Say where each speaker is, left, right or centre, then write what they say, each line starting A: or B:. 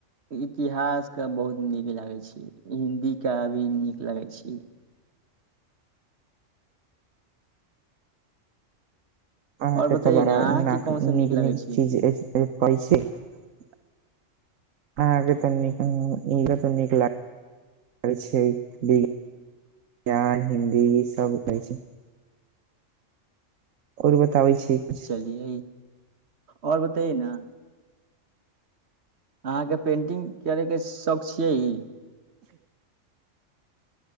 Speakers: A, on the right (about 55°); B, on the right (about 80°).
A: इतिहासका बहुत नीक लागै छै हिंदीका भी नीक लागै छीयै
B: अहाँके
A: आओर बतैयै
B: तऽ बड़ा
A: ने अहाँके
B: नाक
A: कोन सा
B: नीक
A: लगै
B: नीक
A: छै
B: चीज पै छै अहाँके तऽ नीक ई तऽ नीक लागै छै विज्ञान हिन्दी ई सभछै आओर बताबै छी कुछ
A: चलियै आओर बतैयै न अहाँ के पेंटिंग करे के शौक छै के